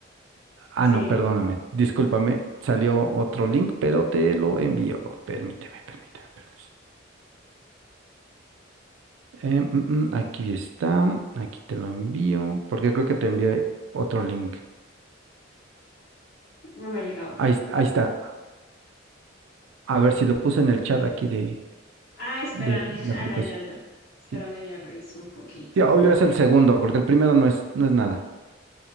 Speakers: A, on the right (about 80°); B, on the left (about 55°).
A: Ah,
B: Sí,
A: no, perdóname, discúlpame, salió otro link, pero te lo envío. Permíteme, permíteme. permíteme. Eh, mm, mm, aquí está, aquí te lo envío, porque creo que te envié otro link.
B: no me ha llegado.
A: Ahí, ahí está. A ver si lo puse en el chat aquí de,
B: Ah, espérame,
A: de
B: <laughs>
A: la
B: ya,
A: aplicación.
B: ya, ya. espérame,
A: Sí.
B: ya reviso un poquito.
A: Sí, obvio es el segundo, porque el primero no es, no es nada.